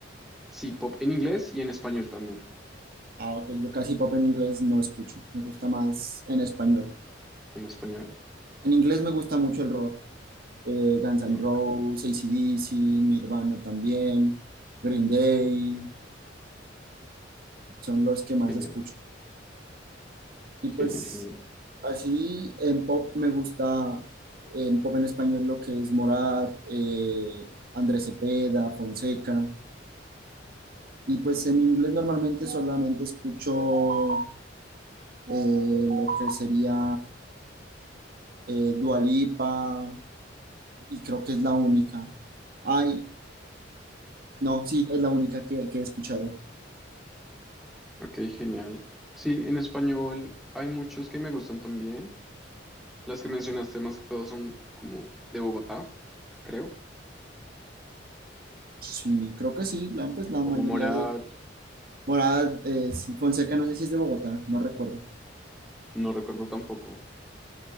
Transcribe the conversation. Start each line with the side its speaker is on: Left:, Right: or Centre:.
Centre: Sí, pop en inglés y en español también.
Right: Ah, ok, yo casi pop en inglés no escucho, me gusta más en español.
Centre: En español,
Right: En inglés me gusta mucho el rock, eh, Guns N'
Centre: rock.
Right: Roses, AC/DC, Nirvana también, Green Day, son los que más
Centre: Genial.
Right: escucho. Y pues
Centre: Genial, genial.
Right: así en pop me gusta, en pop en español lo que es Morat, eh, Andrés Cepeda, Fonseca. Y pues en inglés normalmente solamente escucho eh, lo que sería eh, Dua Lipa, y creo que es la única. Ay, no, sí, es la única que, que he escuchado.
Centre: Ok, genial. Sí, en español hay muchos que me gustan también. Las que mencionaste más que todos son como de Bogotá, creo.
Right: Sí, creo que sí, la, pues la
Centre: Como
Right: mayoría
Centre: Morat,
Right: de... Morada, eh, sí, Fonseca, no sé si es de Bogotá, no recuerdo.
Centre: no recuerdo tampoco.